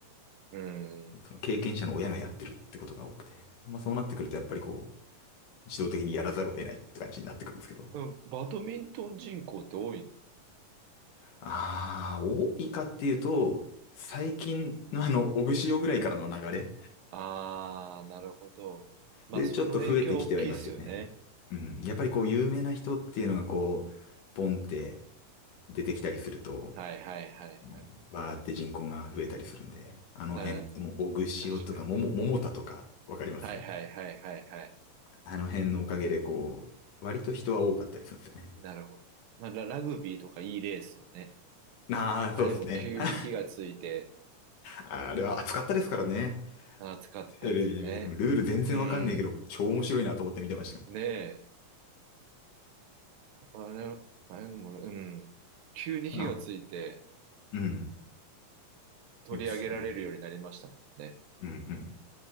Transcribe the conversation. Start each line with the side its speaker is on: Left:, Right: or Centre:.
Right: うん。
Left: その経験者の親がやってるってことが多くて。まあそうなってくるとやっぱりこう、自動的にやらざるを得ないって感じになってくるんですけど。
Right: うんバドミントン人口って多い
Left: ああ、多いかっていうと、最近のあの、オグシオぐらいからの流れ
Right: ああ、なるほど。まあ、
Left: でちょっと増えてきてはいますよね。
Right: その影響大きいですよね。
Left: うん。やっぱりこう、有名な人っていうのがこう、ポンって出てきたりすると、
Right: はいはいはいはい。
Left: うんわーって人口が増えたりするんで、あの辺、
Right: な、
Left: もう、オグシとか、
Right: 確かにね。
Left: もも、桃田とか、わかります
Right: はいはいはいはいはい。
Left: あの辺のおかげで、こう、割と人は多かったりするんですよね。
Right: なるほど。まあ、ラ、ラグビーとかいい例ですよね。
Left: ああ、
Right: あれも急に火がついて、
Left: そうですね。ああれは暑かったですからね。
Right: 暑かったですね。
Left: テレビで見てても、ルール全然わかんねえけど、
Right: うん。
Left: 超面白いなと思って見てましたも
Right: ねえ。やっぱあれ、ああいうのも、うん。急に火がついて
Left: ん。あ、うん。
Right: 取り上げられるようになりましたもんね。
Left: いいっすよね。うんうん。